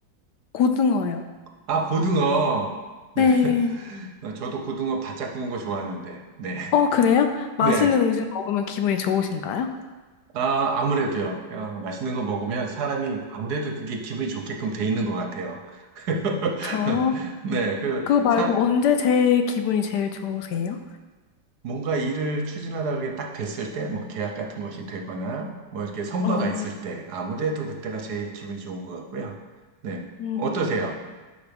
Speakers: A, on the left; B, on the right.
A: 고등어요.
B: 아, 고등어. 네.
A: 네.
B: <laughs> 저도 고등어 바짝 구운 거 좋아하는데. 네.
A: 어, 그래요? 맛있는
B: 네.
A: 음식 먹으면 기분이 좋으신가요?
B: 아, 아무래도요. 어, 맛있는 거 먹으면 사람이 아무래도 그게 기분이 좋게끔 돼 있는 것 같아요. <laughs>
A: 그쵸.
B: 네. 그,
A: 그거 말고
B: 사,
A: 언제 제일 기분이 제일 좋으세요?
B: 뭔가 일을 추진하다 그게 딱 됐을 때, 뭐 계약 같은 것이 되거나, 뭐 이렇게 성과가
A: 어,
B: 있을 때, 아무래도 그때가 제일 기분이 좋은 것 같고요. 네.
A: 음.
B: 어떠세요?